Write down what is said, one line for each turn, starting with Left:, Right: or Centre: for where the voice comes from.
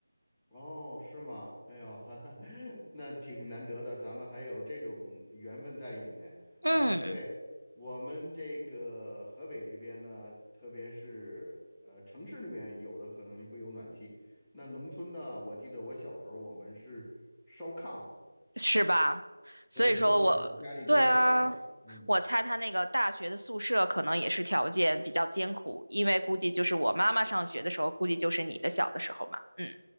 Centre: 哦，是吗？哎呦，<laughs> 哈哈那挺难得的，咱们还有这种缘分在里面。
Right: 嗯。
Centre: 呃，对，我们这个河北这边呢，特别是呃城市里面有的可能会有暖气，那农村呢，我记得我小时候我们是烧炕，
Right: 是吧？所以说我，
Centre: 对，没有暖气，家里就烧炕。
Right: 对啊，
Centre: 嗯，
Right: 我猜他那个大学的宿舍可能也是条件比较艰苦，因为估计就是我妈妈上学的时候，估计就是你的小的时候嘛。嗯，